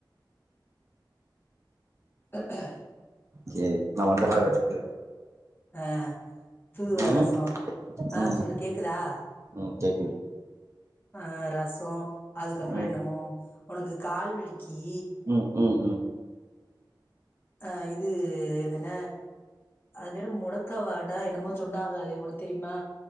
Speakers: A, on the left (about 25°); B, on the right (about 35°).
A: அ ஆ
B: சேரி நா வண்டப்பிறகு வெச்சிகுடு
A: ஆ தூதுவல
B: ம்
A: ரசோ ஆ
B: ம்
A: சொல்லு கேக்குதா
B: ம் கேக்குது
A: அ ரசோ அதுக்கப்றோ
B: ம்
A: என்னமோ உனக்கு கால்வலிக்கீ
B: ம் ம் ம்
A: ஆ இது இது என்ன அது பெரு மூடங் க்க வாடா என்னமோ சொன்னாங்க அது உனக்கு தெரியுமா